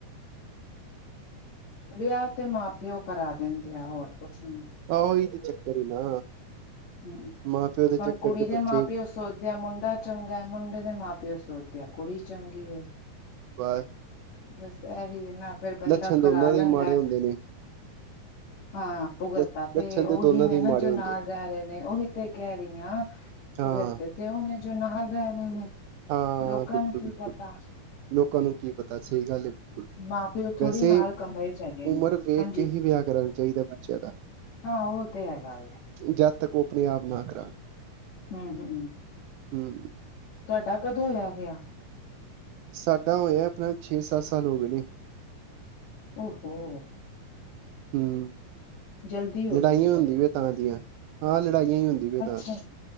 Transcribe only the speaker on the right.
ਆਹੋ, ਈ ਤੇ ਚੱਕਰ ਏ ਨਾ।
ਮਾਂ ਪਿਓ ਦੇ
ਚੱਕਰ
ਚ
ਬੱਚੇ
ਬਸ
ਲੱਛਣ ਦੋਨਾਂ
ਦੇ ਹੀ ਮਾੜੇ
ਹੁੰਦੇ ਨੇ
ਲ
ਲੱਛਣ
ਦੋਨਾਂ
ਦੇ ਹੀ
ਮਾੜੇ
ਹੁੰਦੇ ਨੇ
ਹਾਂ
ਹਾਂ
ਬਿਲਕੁਲ
ਬਿਲਕੁਲ
ਲੋਕਾਂ ਨੂੰ ਕੀ ਪਤਾ। ਸਹੀ ਗੱਲ ਏ।
ਵੈਸੇ,
ਉਮਰ ਵੇਖ
ਕੇ ਹੀ ਵਿਆਹ ਕਰਾਨਾ ਚਾਈਦਾ ਬੱਚਿਆਂ ਦਾ।
ਜਦ ਤੱਕ, ਉਹ ਆਪਣੇ ਆਪ ਨਾ ਕਰਾਨ।
ਹਂ।
ਸਾਡਾ ਹੋਇਆ ਆਪਣਾ, ਛੇ-ਸੱਤ ਸਾਲ ਹੋ ਗਏ ਨੇ।
ਹਂ।
ਲੜਾਈਆਂ
ਹੁੰਦੀ
ਵੇ ਤਾਂ
ਦੀਆਂ। ਹਾਂ, ਲੜਾਈਆਂ ਹੀ ਹੁੰਦੀ ਵੇ ਤਾਂ